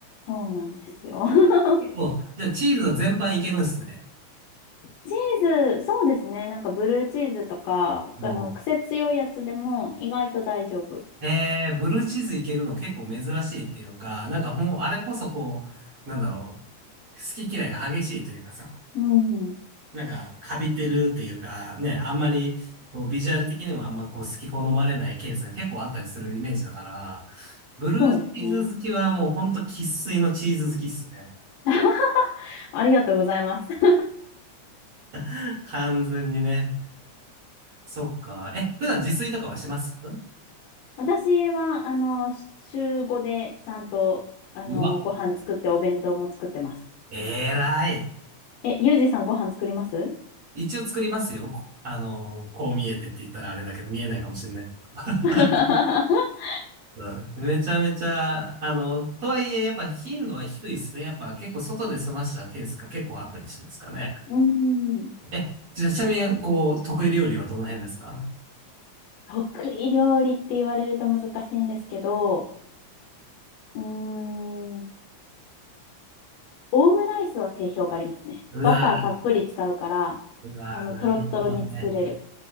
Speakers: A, on the left; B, on the right.
A: そうなんですよ。<laughs>
B: お、じゃあチーズは全般いけるんですね。
A: チーズ、そうですね。なんかブルーチーズとか、
B: も
A: あの、癖強いやつでも意外と大丈夫。
B: う。えー、ブルーチーズいけるの結構珍しいっていうか、なんかもう、あれこそこう、なんだろう、好き嫌いが激しいというかさ。
A: うん、
B: なんか、カビてるっていうか、ね、あんまり、こう、ビジュアル的にもあんまこう、好き好まれないケースが結構あったりするイメージだから、ブルーチーズ好きはもうほんと生粋のチーズ好きっすね。
A: そうですね。<laughs> ありがとうございます。<laughs>
B: <laughs> 完全にね。そっか。え、普段自炊とかはします
A: 私は、あの、し週5でちゃんと、あの、
B: うわ、
A: ご飯作ってお弁当も作ってます。
B: えらい。
A: え、ゆうじさんご飯作ります
B: 一応作りますよ。こあのーこう見えてって言ったらあれだけど、見えないかもしれないけど。<laughs>
A: <laughs>
B: はい。めちゃめちゃ、あの、とはいえ、やっぱ頻度は低いですね。やっぱ結構外で済ましたケースが結構あったりしますかね。
A: うん。
B: え、じゃあちなみに、こう、得意料理はどの辺ですか
A: 得意料理って言われると難しいんですけど、うーん、オムライスは定評がありますね。
B: うわ
A: バターたっぷり使うから、
B: ー、うわー、
A: あの、
B: なるほどね。
A: トロットロに作れる